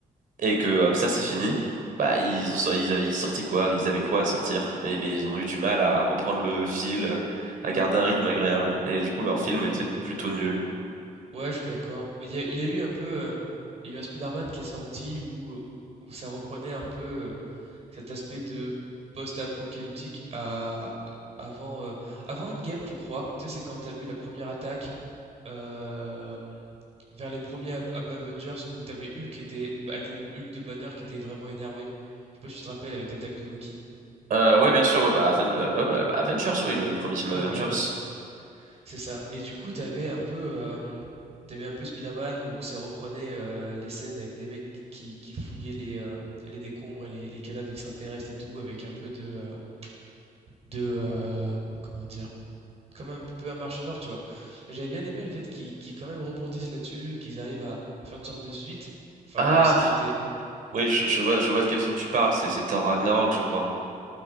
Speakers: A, on the right; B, on the right.
A: et que euh, ça c'est fini, bah ils ont, sorti- ils avaient ils sortaient quoi? Ils avaient quoi à sortir? Mais, mais ils ont eu du mal à reprendre le fil, à garder un rythme agréable, et du coup leur film
B: ouais,
A: était plutôt nul.
B: ouais, je suis d'accord. Mais il y a, il y a eu un peu, euh, il y a eu un Spider-Man qui est sorti où, où ça reprenait un peu. euh, Cet aspect de post-apocalyptique à avant, heu, avant Endgame, je crois. Tu sais, c'est quand t'as vu la première attaque, hem, vers les premiers Ap Ap Avengers où t'avais Hulk qui était bah, avec le Hulk de Banner qui était vraiment énervé. Je sais pas si tu te rappelles avec l'attaque de Loki?
A: Euh, ouais bien sûr, ouais bah, Aven- euh, ouais, bah, bah, Avengers, oui le, le premier film
B: Ouais,
A: Avengers.
B: voilà, heu, c'est ça et du coup, t'avais un peu, hem, tu un peu Spider-Man où ça reprenait, heu, les scènes avec des mecs qui qui fouillaient les, hem, les décombres et les les cadavres d'extraterrestres et tout avec un peu de, heu, de, hem, comment dire? quand même un peu un marché noir, tu vois? J'avais bien aimé le fait qu'ils qu'ils quand même rebondissent là-dessus, qu'ils arrivent à faire une sorte de suite. Enfin,
A: Ah
B: même si c'était.
A: oui je, je vois je vois de quel film tu parles, c'est c'est Thor Ragnarok je crois.